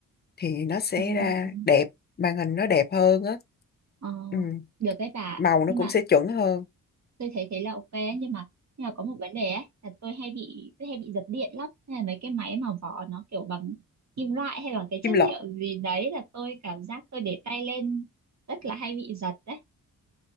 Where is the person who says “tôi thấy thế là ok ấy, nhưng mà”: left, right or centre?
Right